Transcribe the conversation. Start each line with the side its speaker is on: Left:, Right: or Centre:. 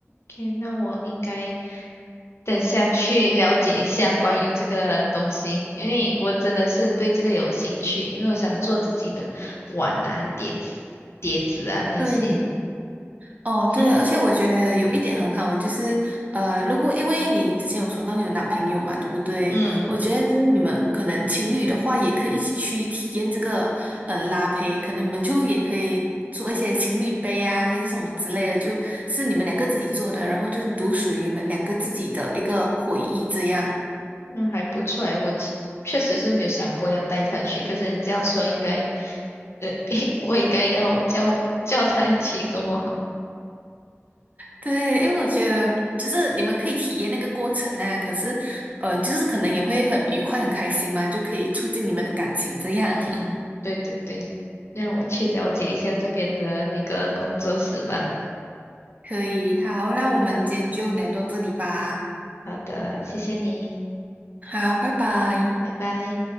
Left: ，OK，那我应该等下去了解一下关于这个东西，因为我真的是对这个有兴趣，因为我想做自己的碗啊、碟子、碟子啊那些。
Right: 对。哦，对，
Left: <laughs>
Right: 而且我觉得有一点很好，我就是呃，如果因为你之前有说到你有男朋友嘛，对不对？
Left: 嗯。
Right: 我觉得就是你们可能情侣的话，也可以一起去体验这个嗯，拉胚，可能你们就也可以做一些情侣杯啊，还是什么之类的，就是你们两个自己做的，然后就独属于你们两个自己的一个回忆这样。
Left: 嗯，还不错诶，我其确实是没有想过要带他去，可是你这样说，应该，呃，<laughs> 我应该要叫叫他一起跟我，
Right: 对，因为我觉得就是你们可以体验那个过程啊，可是嗯、呃就是可能也会很愉快、很开心嘛，就可以促进你们的感情这样。
Left: 嗯，<laughs> 对对对，让我去了解一下这边的那个工作室吧。
Right: 可以，好，那我们今天就聊到这里吧。
Left: 嗯，好的，谢谢你，
Right: 好，拜拜。
Left: 拜拜。